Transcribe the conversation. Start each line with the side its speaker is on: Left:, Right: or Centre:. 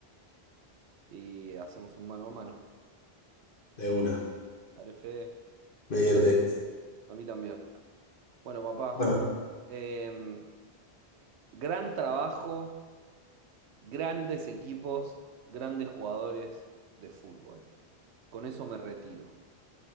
Right: y hacemos un mano a mano.
Left: De una.
Right: Dale, Fede,
Left: Me divierte.
Right: a mí también. Bueno, papá,
Left: Bueno,
Right: em, gran trabajo, grandes equipos, grandes jugadores de fútbol. Con eso me retiro.